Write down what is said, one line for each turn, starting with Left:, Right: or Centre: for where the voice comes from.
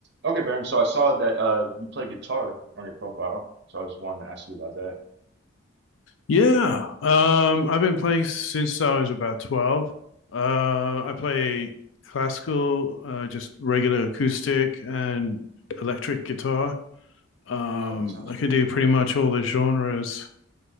Right: Okay, Baron. So I saw that uh you play guitar on your profile, so I just wanted to ask you about that.
Left: Yeah. Um, I've been playing since I was about 12. Uh, I play classical, uh, just regular acoustic and electric guitar. Um,
Right: Oh, that's awesome.
Left: I can do pretty much all the genres,